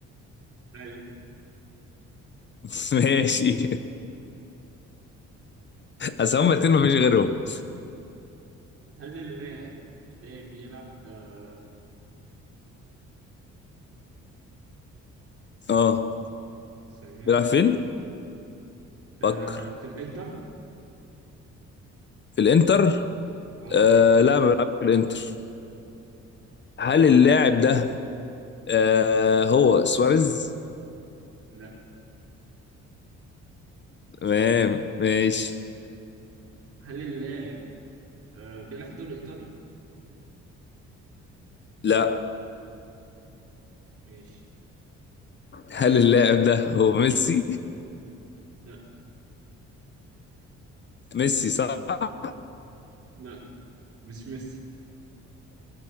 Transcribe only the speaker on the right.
ايوه
هل اللاعب بتاعي بيلعب آه...
ثانية
آه...
في الإنتر
اه
لا
هل اللاعب آه... بيلعب في الدوري الإيطالي
ماشي
لا
لا مش ميسي